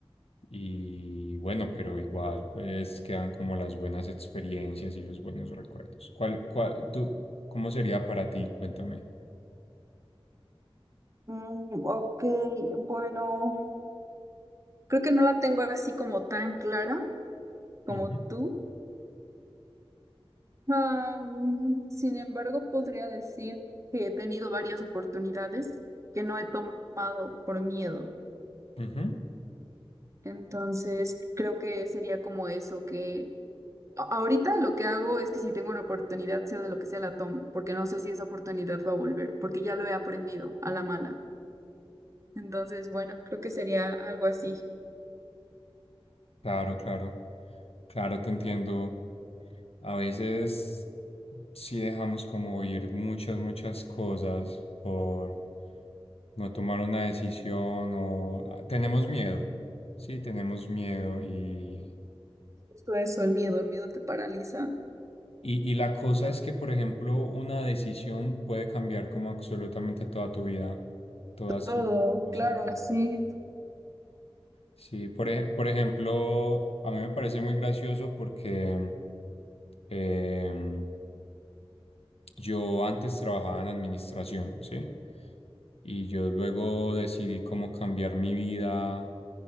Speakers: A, on the left (about 80°); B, on the right (about 30°).
A: y bueno, pero igual, pues quedan como las buenas experiencias y los buenos recuerdos. ¿Cuál, cuál, tú, cómo sería para ti? Cuéntame.
B: Mm, ok, bueno, creo que no la tengo así como tan clara como
A: Ujú,
B: tú. Ah, mm, sin embargo, podría decir que he tenido varias oportunidades que no he tomado por miedo.
A: ujú.
B: Entonces, creo que sería como eso, que a- ahorita lo que hago es que si tengo una oportunidad, sea de lo que sea, la tomo, porque no sé si esa oportunidad va a volver, porque ya lo he aprendido a la mala. Entonces, bueno, creo que sería algo así.
A: Claro, claro. Claro, te entiendo. A veces sí dejamos como ir muchas, muchas cosas por no tomar una decisión o ah, tenemos miedo. Sí, tenemos miedo y,
B: Justo eso, el miedo, el miedo te paraliza.
A: y, y la cosa es que, por ejemplo, una decisión puede cambiar como absolutamente toda tu vida, todas
B: Todo,
A: tus cosas.
B: claro, sí.
A: Sí, por, ej- por ejemplo, a mí me parece muy gracioso porque em, Yo antes trabajaba en administración, ¿sí? Y yo luego decidí como cambiar mi vida